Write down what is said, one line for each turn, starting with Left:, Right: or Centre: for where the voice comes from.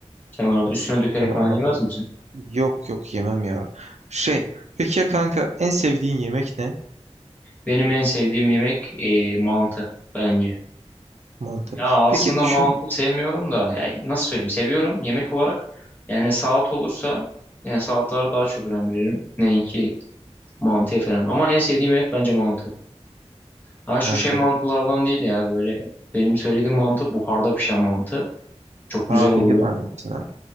Left: Kenarına üstüne dökerek
Right: Yani
Left: falan
Right: ondan
Left: yemez
Right: dolayı.
Left: misin?
Right: Yok yok yemem ya. Şey peki ya kanka en sevdiğin yemek ne?
Left: Benim en sevdiğim yemek e, mantı bence.
Right: Mantı.
Left: Ya aslında
Right: Peki düşün
Left: mantı sevmiyorum da yani nasıl söyleyeyim seviyorum yemek olarak. Yani salat olursa yani salatlara daha çok önem veririm. Neyinki Mantıya falan. Ama en sevdiğim yemek bence mantı. Ha şu
Right: mantı.
Left: şey mantılardan değil ya böyle benim söylediğim mantı buharda pişen mantı. Çok güzel
Right: Ha
Left: oluyor.
Right: bildim hangisinden